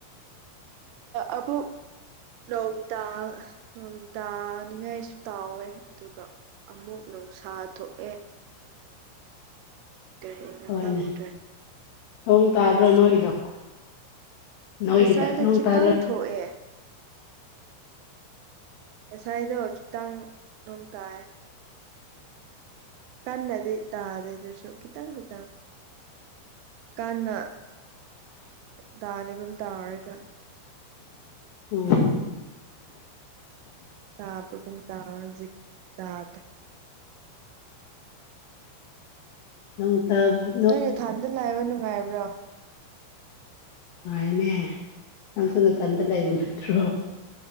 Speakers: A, on the right (about 80°); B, on the left (about 80°).
A: ꯑꯕꯨ ꯂꯣꯡꯇꯥ ꯅꯣꯡꯇꯥꯅꯤꯡꯉꯥꯏꯁꯨ ꯇꯥꯎꯋꯦ ꯑꯗꯨꯒ ꯑꯃꯨꯛ ꯅꯨꯡꯁꯥ ꯊꯣꯛꯑꯦ ꯀꯔꯤꯅꯣ
B: ꯍꯣꯏꯅꯦ
A: ꯈꯪꯗ꯭ꯔꯦ
B: ꯅꯣꯡ ꯇꯥꯗ꯭ꯔꯣ
A: ꯉꯁꯤ
B: ꯅꯣꯏꯒꯤꯗꯣ ꯅꯣꯏꯒꯤꯗ
A: ꯉꯁꯥꯏꯗꯣ
B: ꯅꯣꯡ
A: ꯈꯤꯇꯪ
B: ꯇꯥꯗ꯭ꯔꯣ
A: ꯊꯣꯛꯑꯦ ꯉꯁꯥꯏꯗꯣ ꯈꯤꯇꯪ ꯅꯣꯡ ꯇꯥꯏꯌꯦ ꯀꯟꯅꯗꯤ ꯇꯥꯗꯦ ꯑꯗꯨꯁꯨ ꯈꯤꯇꯪ ꯈꯤꯇꯪ ꯀꯥꯟꯅ ꯇꯥꯅꯤꯒꯨꯝ ꯇꯥꯔꯧꯔꯒꯥ
B: ꯎꯝ
A: ꯇꯥꯕꯒꯨꯝ ꯇꯧꯔꯦ ꯍꯧꯖꯤꯛ ꯇꯥꯗꯦ
B: <unintelligible>
A: ꯅꯣꯏꯅꯦ ꯊꯥꯟꯗ ꯂꯩꯕꯥ ꯅꯨꯡꯉꯥꯏꯕ꯭ꯔꯣ
B: ꯅꯨꯉꯥꯏꯅꯦ ꯅꯪꯁꯨꯨ ꯅꯊꯥꯟꯇꯥ ꯂꯩꯕ ꯅꯠꯇ꯭ꯔꯣ